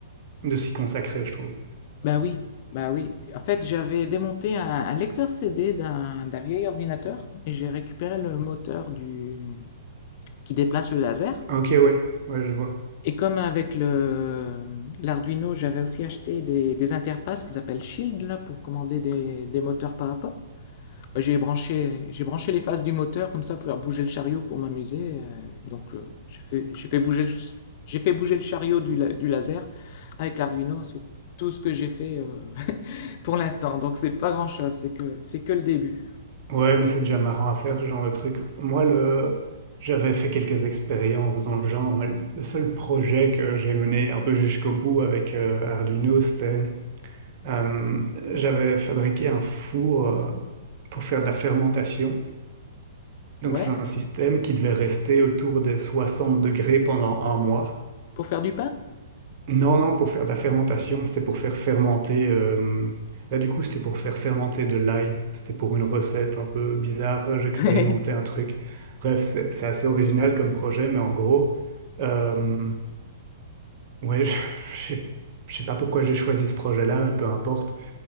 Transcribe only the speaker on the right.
de s'y consacrer, je trouve.
Ok, ouais, ouais, je vois.
Ouais, mais c'est déjà marrant à faire ce genre de truc. Moi, le... j'avais fait quelques expériences dans le genre, mais le seul projet que j'ai mené un peu jusqu'au bout avec euh, Arduino, c'était euh, j'avais fabriqué un four euh, pour faire de la fermentation. Donc,
c'est un système qui devait rester autour des 60 degrés pendant un mois.
Non, non, pour faire de la fermentation, c'était pour faire fermenter. euh, Là, du coup, c'était pour faire fermenter de l'ail. C'était pour une recette un peu bizarre. Euh, J'expérimentais
un truc. Bref, c'est c'est assez original comme projet, mais en gros, euh, ouais, <laughs> je je sais je sais pas pourquoi j'ai choisi ce projet-là, mais peu importe.